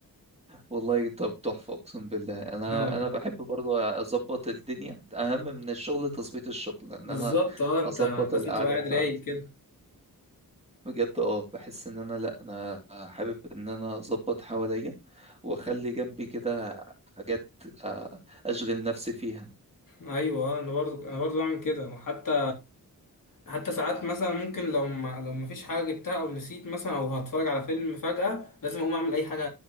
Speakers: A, on the right; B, on the left.
A: والله طب تحفة اقسم بالله انا
B: اه
A: انا بحب برضو اظبط الدنيا اهم من الشغل تظبيط الشغل ان
B: بالظبط
A: انا
B: اه انت
A: اظبط
B: لازم
A: القعدة
B: تبقى قاعد
A: بتاعتي
B: رايق كده
A: بجد اه بحس ان انا لا انا حابب ان انا اظبط حواليا واخلي جنبي كده حاجات آه، اشغل نفسي فيها
B: ايوه آه، انا برضو انا برضو بعمل كده وحتى حتى ساعات مثلا ممكن لو ما لو ما فيش حاجه جبتها او نسيت مثلا او هتفرج على فيلم فجاه لازم اقوم اعمل اي حاجه